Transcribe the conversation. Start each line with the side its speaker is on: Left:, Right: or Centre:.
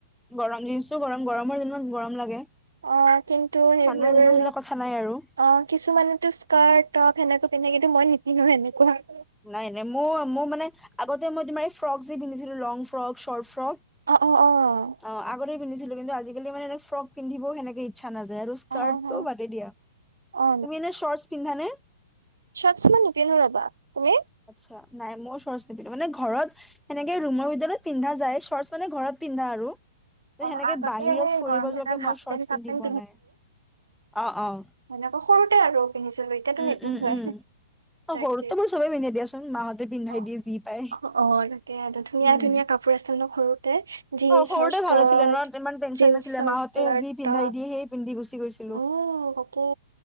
Centre: গৰম জিঞ্চটোও গৰম গৰম। গৰমৰ দিনত গৰম লাগে
Right: অ', কিন্তু সেইবোৰ
Centre: ঠাণ্ডাৰ দিনত হ'লে কথা নাই আৰু
Right: অ' কিছুমানেতো স্কাৰ্ট টপ সেনেকা পিন্ধে। কিন্তু মই নিপিন্ধো হেনেকুৱা।
Centre: নাই নাই। মই মোৰ মানে আগতে মই তোমাৰ এই ফ্ৰক যে পিন্ধিছিলো লং ফ্ৰক চৰ্ট ফ্ৰক।
Right: অ' অ' অ'
Centre: অ', আগতে পিন্ধছিলো কিন্তু আজিকালি মানে ফ্ৰক পিন্ধিবও সেনেকে ইচ্ছা নাযায় আৰু স্কাৰ্টটো
Right: অ', অ',
Centre: বাদে দিয়া
Right: অ
Centre: তুমি এনে চৰ্তছ পিন্ধা নে
Right: চৰ্তছ মই নিপিন্ধো ৰবা তুমি
Centre: আচ্ছা নাই মোৰ চৰ্তছ নিপিন্ধো মানে ঘৰত সেনেকে ৰুমৰ ভিতৰত পিন্ধা যায় চৰ্তছ মানে ঘৰত পিন্ধা আৰু সেনেকে
Right: অ', আগতে
Centre: বাহিৰত
Right: সেই
Centre: ফুৰিব
Right: গৰম দিনত
Centre: যোৱাকে
Right: হাফ
Centre: মই শৰ্টছ
Right: পেন্ট চাফ
Centre: পিন্ধি
Right: পেন্ট
Centre: পোৱা নাই অ', অ',
Right: সেনেকা সৰুতে আৰু পিন্ধিছিলো এতিয়াতো
Centre: উম
Right: নিপিন্ধোয়ে
Centre: উম উম অ
Right: তাকে
Centre: সৰুতে বাৰু চবে পিন্ধে দিয়াচোন মাহঁতে পিন্ধাই
Right: অ',
Centre: দিয়ে যি পায়
Right: অ', অ', তাকে আৰু ধুনীয়া
Centre: উম
Right: ধুনীয়া কাপোৰ প্ৰাচেনক সৰুতে জীন্সৰ
Centre: অ', সৰুতে
Right: স্কাৰ্ট
Centre: ভাল আছিলে ন ইমান টেনচন
Right: জিন্স
Centre: নাছিলে
Right: চাৰ্ট
Centre: মাহতে যি পিন্ধাই
Right: টপ
Centre: দিয়ে সেই পিন্ধি গুচি গৈছি
Right: উম অকে